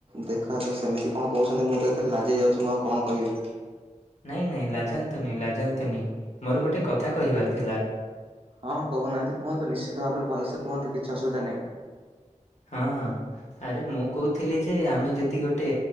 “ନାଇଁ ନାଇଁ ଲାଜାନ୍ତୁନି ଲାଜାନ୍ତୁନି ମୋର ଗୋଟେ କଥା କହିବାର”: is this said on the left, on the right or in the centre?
Left